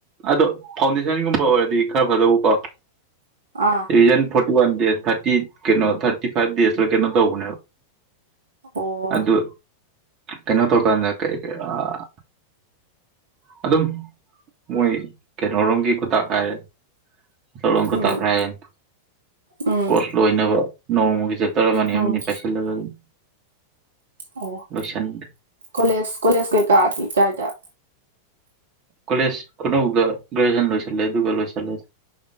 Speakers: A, on the right (about 35°); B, on the right (about 70°).
A: ꯑꯗꯣ ꯐꯥꯎꯟꯗꯦꯁꯟꯒꯨꯝꯕ ꯑꯣꯏꯔꯗꯤ ꯈꯔ ꯐꯗꯧꯕꯀꯣ
B: ꯑꯥ
A: revision forty one days thirty ꯀꯩꯅꯣ ꯊꯥꯔꯇꯤ ꯐꯥꯏꯚ ꯗꯦꯖꯂ ꯀꯩꯅꯣ ꯇꯧꯕꯅꯦꯕ
B: ꯑꯣ
A: ꯑꯗꯨ ꯀꯩꯅꯣ ꯇꯧꯀꯥꯟꯗ ꯀꯔꯤ ꯀꯔꯤ ꯑꯥ ꯑꯗꯨꯝ ꯃꯣꯏ ꯀꯩꯅꯣꯔꯣꯝꯒꯤ ꯈꯨꯇꯥꯛ ꯍꯥꯏꯔꯦ ꯏꯝꯐꯥꯜꯂꯣꯝ ꯈꯨꯇꯥꯛ
B: ꯎꯝ
A: ꯍꯥꯏꯔꯦꯅ
B: ꯎꯝ
A: ꯀꯣꯔꯁ ꯂꯣꯏꯅꯕ ꯅꯣꯡꯃꯒꯤ ꯆꯦꯞꯇꯔ ꯑꯃꯅꯤ
B: ꯎꯝ
A: ꯑꯃꯅꯤ ꯄꯥꯏꯁꯤꯜꯂꯒ ꯑꯗꯨꯅꯤ
B: ꯑꯣ
A: ꯂꯣꯏꯁꯟꯒ꯭ꯔꯦ
B: ꯀꯣꯂꯦꯖ ꯀꯣꯂꯦꯖ ꯀꯩꯀꯥꯗꯤ ꯀꯥꯏꯗ
A: ꯀꯣꯂꯦꯖ ꯈꯨꯅꯧꯗ ꯒ꯭ꯔꯦꯖꯨꯦꯁꯟ ꯂꯣꯏꯁꯤꯜꯂꯦ ꯑꯗꯨꯒ ꯂꯣꯏꯁꯤꯜꯂꯦ